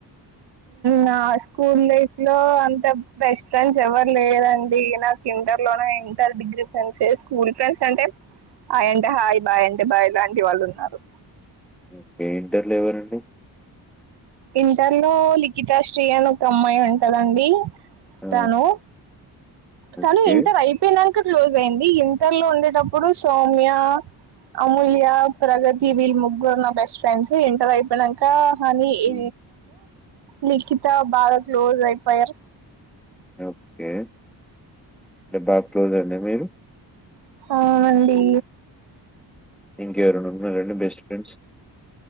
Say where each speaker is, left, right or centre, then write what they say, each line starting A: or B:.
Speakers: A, on the right; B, in the centre.
A: నా స్కూల్ లైఫ్ లో అంత బెస్ట్ ఫ్రెండ్స్ ఎవరు లేరండి నాకు ఇంటర్ లో inter degree friends school friends అంటే హాయి అంటే హాయి బాయ్ అంటే బాయ్ అనే వాళ్ళు ఉన్నారు
B: ఓకే ఇంటర్లో ఎవరండి
A: ఇంటర్లో లిఖితాశ్రీ అని ఒక అమ్మాయి ఉంటదండి
B: ఆ,
A: తను
B: ఓకే
A: తను ఇంటర్ అయిపోయినాక క్లోజ్ అయింది ఇంటర్లో ఉండేటప్పుడు సౌమ్య అమూల్య ప్రగతి వీళ్ళు ముగ్గురు నా బెస్ట్ ఫ్రెండ్స్ ఎంటర్ అయిపోయినాక కానీ
B: మ్మ్.
A: ఏ లిఖిత బాగా క్లోజ్ అయిపోయారు
B: ఓకే ేబ్ బాక్ోజ అండి మీరు
A: ఆ అండి
B: ఇంక ఎవరన్నా ఉన్నారా బెస్ట్ ఫ్రెండ్స్